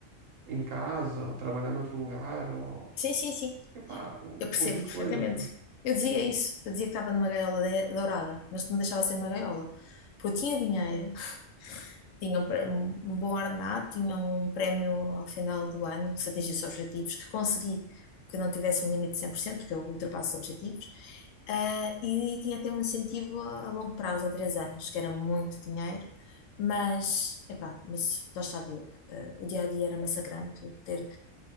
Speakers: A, on the right; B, on the left.
A: em casa ou trabalhar noutro lugar ou
B: Sim, sim, sim.
A: Epá, um
B: Eu percebo
A: conjunto
B: perfeitamente.
A: de coisas, não?
B: Eu dizia isso. Eu dizia que estava numa gaiola de- dourada, mas não deixava de ser uma gaiola. Porque eu tinha dinheiro. tinham pre- um um bom ordenado, tinham um prémio ao final do ano, se atingisse os objetivos, que consegui que não tivesse um limite de 100% porque eu ultrapasso os objetivos, ah, e tinha até um incentivo a, a longo prazo, a três anos, que era muito dinheiro, mas, epá, mas lá está Diogo, ah, o dia a dia era massacrante, o ter